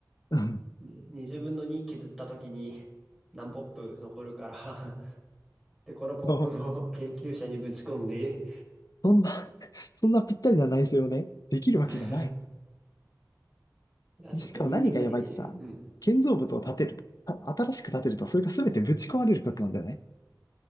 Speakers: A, on the left; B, in the centre.
A: うん。
B: に20分の2削った時に何ポップ残るから <laughs> で、このポップを研究者にぶち込んで
A: そうそんな、<laughs> そんなぴったりな内政をね、できるわけがない。
B: <laughs> あ、ちょっと人間ができない。
A: でしかも何がやばいってさ、
B: うん。
A: 建造物を建てる。あ新しく建てると、それが全てぶち壊れることなんだよね。